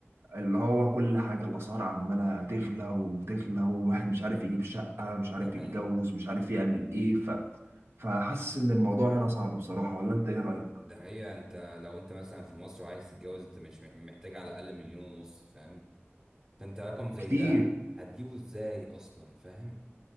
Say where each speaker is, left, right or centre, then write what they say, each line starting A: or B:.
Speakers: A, on the right; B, on the right.
A: اللي هو كل حاجة الأسعار عمالة تغلى وتغلى
B: امم
A: والواحد مش عارف يجيب شقة مش
B: ده
A: عارف
B: حقيقي
A: يتجوز مش عارف يعمل إيه ف... فحاسس إن الموضوع هنا صعب بصراحة ولا أنت إيه رأيك؟
B: ده حقيقي انت لو انت مثلا في مصر وعايز تتجوز انت مش مح- محتاج على الأقل مليون ونص فاهم فانت رقم زي
A: كتير
B: ده هتجيبه ازاي أصلا فاهم